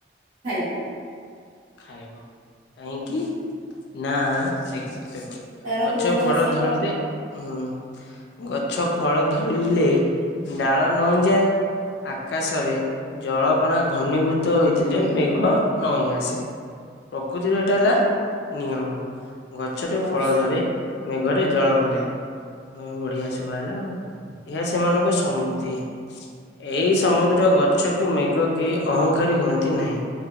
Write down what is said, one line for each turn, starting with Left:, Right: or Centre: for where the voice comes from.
Right: ଖାଇବା
Left: ଖାଇବ କାହିଁକି ନା ଦେଖ ଦେଖଉ
Right: ତାର
Left: ଗଛ
Right: ବହୁତ
Left: ଫଳ
Right: ଅଛି
Left: ଧରିଲେ ହୁଁ ଗଛ ଫଳ ଧରିଲେ ଡାଳ ନଇଁଯାଏ, ଆକାଶରେ ଜଳକଣା ଘନୀଭୂତ ହୋଇଥିଲେ ମେଘ ନଈଁ ଆସେ। ପ୍ରକୃତିର ଏଇଟା ହେଲା ନିୟମ ଗଛରେ
Right: ଆଚ୍ଛା
Left: ଫଳ ଧରେ ମେଘରେ ଜଳ ଭରେ ବଢିଆ ଶୁଭା ହେଲା ଆଉ ଏହା ସେମାନଙ୍କ ସମୃଦ୍ଧି ଏହି ସମୁଦ୍ର ଗଛ କି ମେଘ କେହି ଅହଂଙ୍କାରୀ ହୁଅନ୍ତି ନାହିଁ।